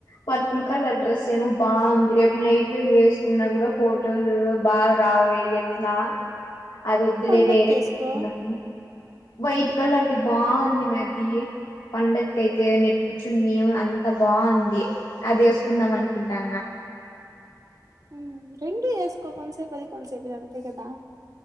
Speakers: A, on the left; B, on the right.
A: పర్పుల్ కలర్ డ్రెస్ ఏమో బాగుంది రేపు నైట్ లో వేసుకున్నా కూడా ఫోటోలు బాగా రావే ఎట్లా అది వద్దులే
B: పండక్కేసుకో
A: వేరే <inaudible> కుందాము వైట్ కలర్ది బాంది మే అది పండక్కి అయితే నెట్ చున్నీ అంత బాగుంది అది వేసుకుందాం అనుకుంటాన్న
B: ఊ రెండు వేసుకో కొంతసేపు అది కొంత సేపు ఇది అంతే కదా